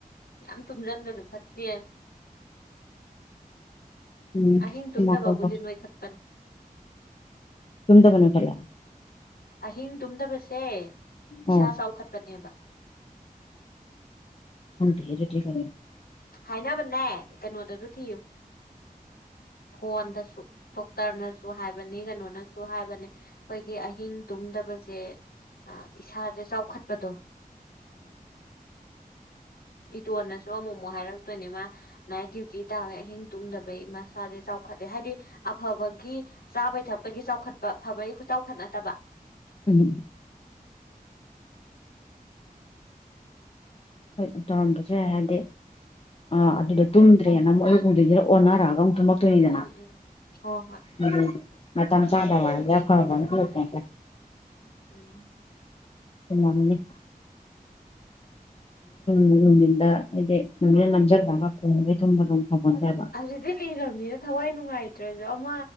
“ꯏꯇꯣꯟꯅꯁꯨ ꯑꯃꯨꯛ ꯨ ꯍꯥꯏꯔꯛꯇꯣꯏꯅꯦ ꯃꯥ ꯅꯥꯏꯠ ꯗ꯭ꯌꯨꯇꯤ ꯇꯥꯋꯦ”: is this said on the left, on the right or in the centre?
Left